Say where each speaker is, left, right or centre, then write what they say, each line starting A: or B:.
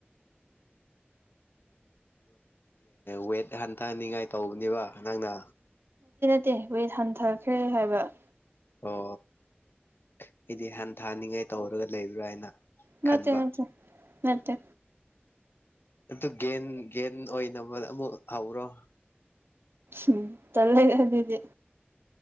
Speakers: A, on the left (about 60°); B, on the right (about 65°).
A: ꯋꯦꯠ ꯍꯟꯊꯍꯟꯅꯤꯡꯉꯥꯏ ꯇꯧꯕꯅꯦꯕ ꯅꯪꯅ꯫
B: ꯗꯦ ꯋꯦ ꯍꯟꯊꯈ꯭ꯔꯦ ꯍꯥꯏꯕ꯫
A: ꯑꯣ ꯑꯩꯗꯤ ꯍꯟꯊꯥꯅꯤꯡꯉꯥꯏ ꯇꯧꯔꯒ ꯂꯩꯕ꯭ꯔꯥ ꯍꯥꯏꯅ
B: ꯅꯠꯇꯦ
A: ꯈꯟꯕ
B: ꯅꯠꯇꯦ ꯅꯠꯇꯦ
A: ꯑꯗꯨ ꯒꯦꯟ ꯒꯦꯟ ꯑꯣꯏꯅꯕ ꯑꯃꯨꯛ ꯍꯧꯔꯣ
B: ꯎꯝ ꯇꯜꯂ‌ꯦ ꯑꯗꯨꯗꯤ꯫